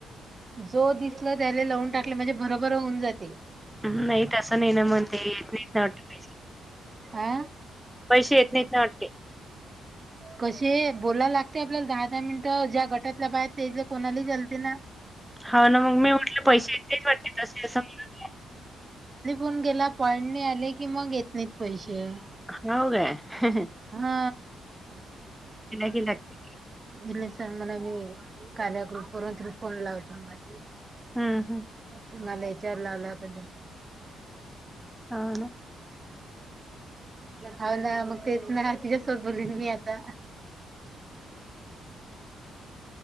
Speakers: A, on the right; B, in the centre.
A: जो दिसल त्याला लावून टाकलं म्हणजे बरोभर होऊन जाते.
B: नाही तसं नाही ना मग ते येत नाहीत नाही वाटत.
A: हा
B: पैसे येत नाही इत नाही वाटते.
A: कसे बोलायला लागते आपल्याला दहा दहा मिनिटं ज्या गटातल्या बाहेर त्या कोणाला चालते ना.
B: हा ना मग मी म्हटलं पैसे एकच वाटते तसे असं म्ह-
A: ून गेला पडणे आले की मग येत नाहीत पैसे.
B: हो का
A: हा
B: की लागते.
A: इले स मना म. काक्रुप वून त्रिफोन लावतो म
B: हम् हम.
A: तुम्हाला याच्यावर लावलाता.
B: हो ना
A: हो ना मग तेच ना तिच्यासोबत बोलली मी आता.